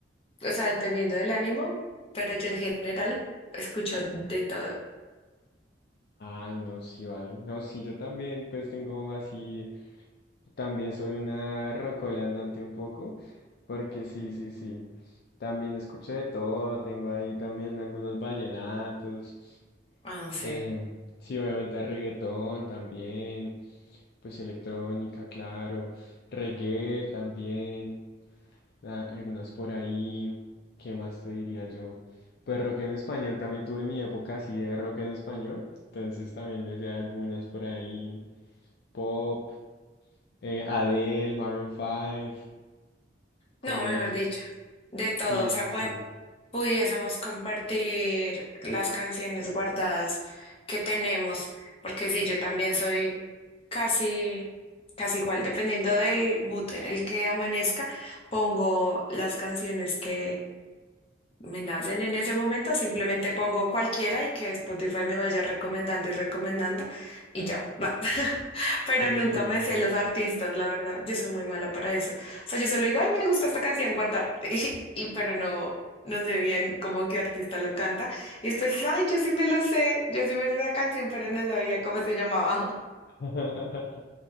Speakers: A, on the left (about 30°); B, on the left (about 60°).
A: o sea, dependiendo del ánimo, pero yo en general escucho de todo.
B: Ay, no, sí, vale. No, sí, yo también pues tengo así, también soy una rocola andante un poco, porque sí, sí, sí. También escucho de todo, tengo ahí también algunos vallenatos.
A: Ah, No sé,
B: Em, sí, obviamente reggaetón también, pues electrónica, claro, reggae también, a- algunas por ahí, ¿qué más te diría yo? Pues rock en español, también tuve mi época así de rock en español, entonces también me sé algunas por ahí, pop, eh, Adele, Maroon 5, como
A: no, mejor
B: esos.
A: dicho, de todo.
B: Sí,
A: O sea,
B: sí,
A: pudiésemos compartir las canciones guardadas que tenemos, porque sí, yo también soy casi, casi igual, dependiendo del mood en el que amanezca, pongo las canciones que, me nacen en ese momento, simplemente pongo cualquiera y que Spotify me vaya recomendando y recomendando y ya. <laughs> Pero
B: sí,
A: nunca me
B: sí.
A: sé los artistas, la verdad. Yo soy muy mala para eso. O sea, yo solo digo, ay, me gusta esta canción, guardar. <laughs> Y, y- pero no, no sé bien cómo qué artista lo canta. Y después, ay, yo sí me lo sé, yo sí me sé esa canción, pero no sabía cómo se llamaba. <laughs>
B: <laughs>